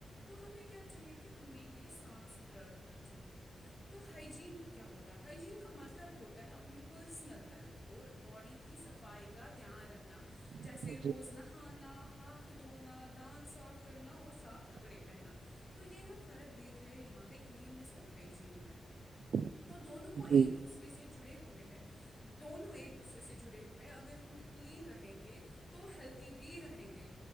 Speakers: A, on the left (about 20°); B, on the right (about 70°).
A: تو ہمیں کیا چاہیے کہ ہمیں یہ س صاف ستھرا رکھنا چاہیے تو ہائیجین کیا ہوتا ہے ہائیجین کا مطلب ہوتا ہے اپنی پرسنل ہیلتھ اور باڈی کی صفائی کا دھیان رکھنا جیسے
B: جی
A: روزنہ کھانا ہاتھ دھونا دانت صاف کرنا اور صاف کپڑے پہنا تو یہ ہم فرق دیکھ رہے ہیں یہاں پہ کلین نس اور ہائجین میں
B: <inaudible>
A: تو دونوں
B: جی
A: کو ایک دوسرے سے جڑے ہوئے ہیں دونوں ایک دوسرے سے جڑے ہوئے اگر ہم کلین رہیں گے تو ہیلدی بھی رہیں گے